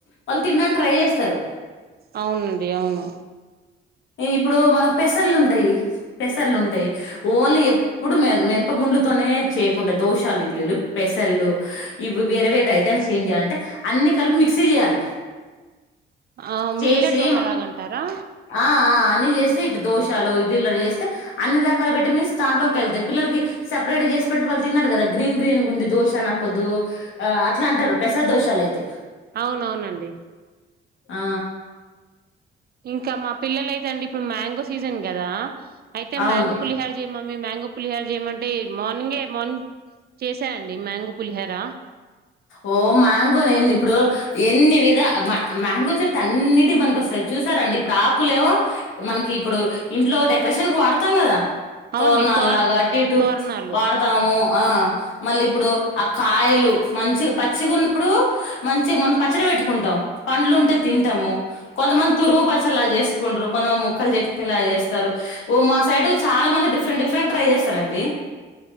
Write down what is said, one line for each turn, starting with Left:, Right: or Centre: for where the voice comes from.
Left: వాళ్ళు తిన్నంని ట్రై చేస్తారు
Right: అవునండి అవును
Left: ఇప్పుడు మనం పెసల్లు ఉంటాయి పెసల్లు ఉంటాయి ఓన్లీ ఎ ఎప్పుడు మేన మెనప గుండ్లుతోనే చేయకుండా దోషాలు ఇడ్లీలు పెసల్లు ఇవి వేరే వేరే ఐటమ్స్ ఏం చేయాలంటే అన్ని కలిపి మిక్సీ చేయాలి
Right: ఆ
Left: చేసి
Right: మిల్లట్ దోశ లాగా అంటారా
Left: ఆ ఆ అన్ని చేస్తే ఇట్టా దోశలో ఇడ్లీలో చేస్తే అన్ని రకాల విటమిన్స్ దాంట్లోకి వెళ్తాయి పిల్లలకి సపరేట్ చేసి పెడితే వాళ్ళు తిన్నారు కదా గ్రీన్ గ్రీన్ ఉంది దోశ నాకొద్దు ఆ అట్లా అంటారు స్పెషల్ దోసలయితే
Right: అవునవునండి
Left: ఆ
Right: ఇంకా మా పిల్లలు అయితే అండి ఇప్పుడు మ్యాంగో సీజన్ కదా అయితే
Left: అవును
Right: మ్యాంగో పులిహొ చేయి మమ్మీ మ్యాంగో పులిహార చేయమంటే మార్నింగే మార్నింగ్ చేసేయండి మ్యాంగు పులిహేర
Left: ఓ మ్యాంగో నేందీ ఇప్పుడు ఎన్ని విధ మా మ్యాంగో చెట్టు అన్నిటికి పనీకొస్తాయి చూసారండి ఇప్పుడు ఆకులేమో మనకి ఇప్పుడు ఇంట్లో డెకరేషన్ కు వాడతాం కదా
Right: అవునండి
Left: తోరణ
Right: తోర్
Left: లాగా అటు ఇటు
Right: తోరణాలు
Left: వాడతాము ఆ మళ్ళీ ఇప్పుడు ఆ కాయలు మంచిగా పచ్చిగా ఉన్నప్పుడు మంచిగా మనం పచ్చడి పెట్టుకుంటాం పండ్లు ఉంటే తింటాము కొంతమంది తురుము పచ్చలు లాగా చేసుకుంటరు కొంతమంది ముక్కలు చట్నీ లాగా చేస్తారు ఓ మా సైడ్ చాలా మంది డి డిఫ్రెంట్ డిఫ్రెంట్ ట్రై చేస్తారండి